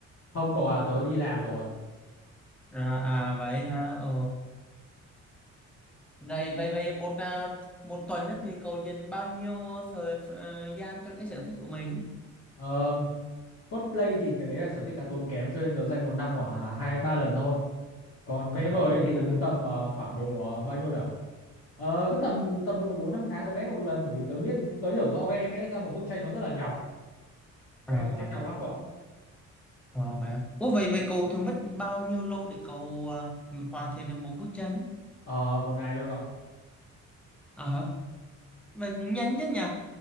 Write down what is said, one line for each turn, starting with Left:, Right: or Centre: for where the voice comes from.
Left: Không cậu ạ, tớ đi làm rồi.
Centre: À, à vậy hả? Ờ. Vậy vậy vậy một à, một tuần á thì cậu dành bao nhiêu thời ờ, gian cho cái sở thích của mình?
Left: Ờ, cosplay thì cái đấy là sở thích khá tốn kém cho nên tớ dành một năm khoảng à, hai đến ba lần thôi còn
Centre: À
Left: vẽ vời
Centre: vậy
Left: ấy thì
Centre: hả?
Left: cứ tầm ờ, khoảng độ ờ, bao nhiêu nhỉ ờ, cứ tầm tầm độ bốn năm tháng tớ vẽ một lần bởi vì tớ biết tớ hiểu rõ vẽ vẽ ra một bức tranh nó rất là nhọc vẽ
Centre: À,
Left: bức tranh nhọc lắm cậu ạ
Centre: à vậy hả? Ủa vậy vậy cậu thường mất bao nhiêu lâu để cậu à, hoàn thiện được một bức tranh?
Left: ờ, một ngày thôi cậu ạ
Centre: À, vậy cũng nhanh chứ nhỉ?